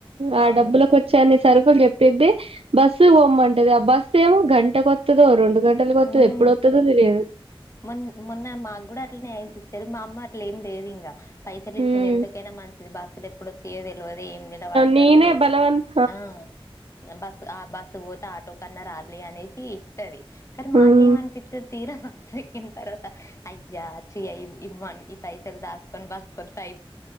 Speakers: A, on the right; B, on the left.
A: ఆ
B: అవును
A: డబ్బులకి
B: ఇంకా
A: వచ్చే అన్ని సరుకులు జెప్ పెద్ది బస్సు వోమ్మంటది ఆ బస్ ఏమో గంట కొత్తదో రొండు గంటలకు ఒత్తదో
B: ఉమ్
A: ఎప్పుడు ఒత్తదో తెలిదు
B: మొన్ మొన్న మాగూడా అట్లనె ఐంది సిస్టర్ మా అమ్మ అట్లే ఏం లేదు ఇంగ పైసలు ఇచ్చింది
A: ఉమ్
B: ఎందుకైనా మంచిది బస్సులు ఎప్పుడు ఒ తియో తెల్వది ఏం నిలవడతరు
A: నేనే బలవంత
B: ఆ బస్ ఆ బస్సు ఓతే ఆటో కన్నా రాల్లి అనేసి ఇత్తది కానీ మాకేమనిపిత్తది
A: ఉమ్
B: తీరా ఎక్కిన తర్వాత అయ్యా చి అయింది ఇబ ఈ పైసలు దాసుకొని బసుకొత్తే అయ్